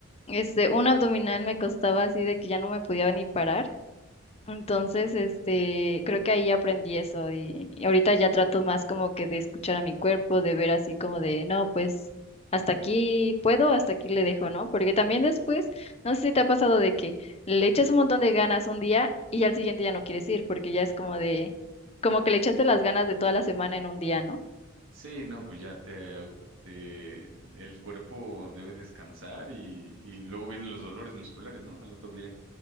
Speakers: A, on the left (about 30°); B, on the right (about 70°).
A: Este, un abdominal me costaba así de que ya no me podía ni parar. Entonces, este, creo que ahí aprendí eso y, y ahorita ya trato más como que de escuchar a mi cuerpo, de ver así como de, no, pues hasta aquí puedo, hasta aquí le dejo, ¿no? Porque también después, no sé si te ha pasado de que le echas un montón de ganas un día y al siguiente ya no quieres ir porque ya es como de, como que le echaste las ganas de toda la semana en un día, ¿no?
B: Sí, no, pues ya te, agu- te- el cuerpo debe descansar y, y luego vienen los dolores musculares, ¿no? Al otro día.